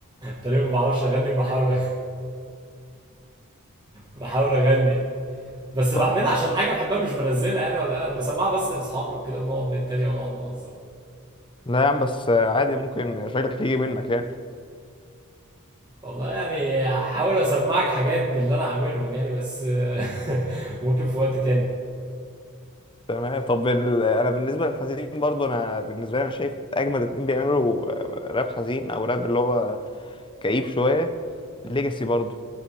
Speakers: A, on the right; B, on the left.
A: تقريبا ما بعرفش اغني وبحاول بحاول اغني يعني بس
B: طب
A: بعملها عشان حاجه بحبها مش بنزلها يعني ولا انا بسمعها بس لاصحابي وكده ونقعد نتريق ونقعد نهزر
B: لا يا عم بس آه، عادي ممكن شكلك يجي منك يعني
A: والله يعني هحاول اسمعك حاجات باللي انا عاملهم يعني بس <laughs> ممكن في وقت تاني
B: تمام طب ال- انا بالنسبه للحزين برضو انا بالنسبه لي انا شايف اجمد اتنين بيعملوا آه، راب حزين او راب اللي هو كئيب شويه ليجاسي برضو